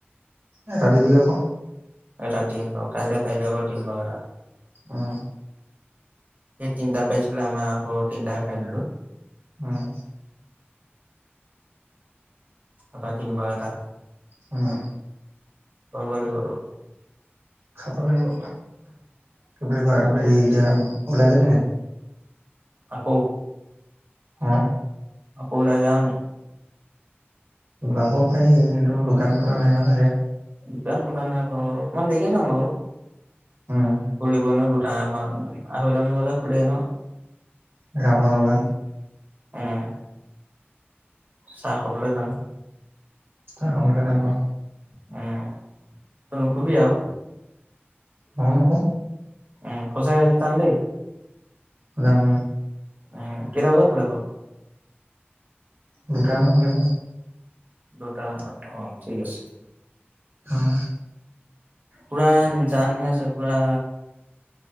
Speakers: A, on the right (about 70°); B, on the right (about 40°).
A: এটা দিবি আক।
B: এটা দিম বাও, কাইলৈ পাৰিলে বাও দিম বাৰু এটা।
A: অ।
B: তিনটা পাইছিলে, আমাৰ ঘৰৰ তিনটাই খায় দিলো।
A: উম
B: এবাৰ দিম বাও এটা।
A: উম।
B: বব দিব তোক।
A: খাব লাগিব, কি বুলি কয় এই এতিয়া ওলাই যাবি নাই?
B: আকৌ।
A: হা।
B: ওলাই যাওঁ নি?
A: যাব পাৰি, কিন্তু দোকান খোলা নাই নহয় এতিয়া।
B: দুকান খোলা নাই বাৰু অকমান দেৰি কে যাম আক,
A: উম
B: খুলিব নহয় দুটা আহৈতা মান বজাত খোলে নহয়।
A: এ ৰাৱণৰ দুকান।
B: উম, চাহ খাবলে যাম।
A: চাহ খাবলেকে যাম অ।
B: উম তই নুশুবি আও।
A: মই নুশু।
B: উম সঁচাকে আজি যাম দেই?
A: যাম।
B: উম, কেইটা বজাত খোলে বাও।
A: দুটা মানত খুলিব।
B: দুট মানত অ ঠিক আছে
A: উম
B: পুৰা নিজান হৈ আছে পুৰা